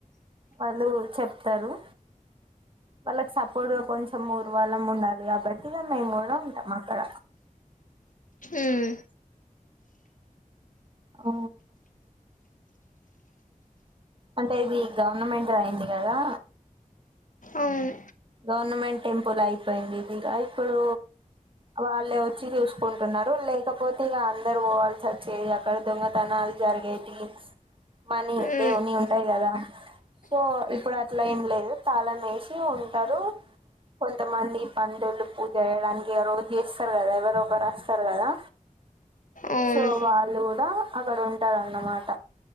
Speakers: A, on the right; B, on the left.
A: వాళ్ళు చెప్తారు వాళ్ళకి సపోర్ట్గా కొంచం ఊరు వాళ్ళం ఉండాలి వాటి మేము కూడా ఉంటాం అక్కడ
B: ఉమ్మ్
A: ఓ అంటే ఇది గవర్నమెంట్ అయింది కదా
B: అవును
A: గవర్నమెంట్ టెంపుల్ అయిపోయింది ఇంకా ఇప్పుడు వాళ్ళే వచ్చి చూస్ కుంటున్నారు లేకపోతే ఇగా అందరు పోవాల్స వోచేది అక్కడ దొంగతనాలు జరిగేటి మనీ
B: మ్మ్
A: దేవుని ఉంటాయి కదా సో ఇప్పుడు అట్లా ఏం లేదు తాళం ఎసి పో పోతారు కొంతమంది పండుళ్ళు పూజ చేయడానికి ఆ రోజు చేస్తారు కదా ఎవరు ఒకరు అస్తారు కదా
B: అవును
A: సో వాళ్ళు కూడా అక్కడ ఉంటారున్నమాట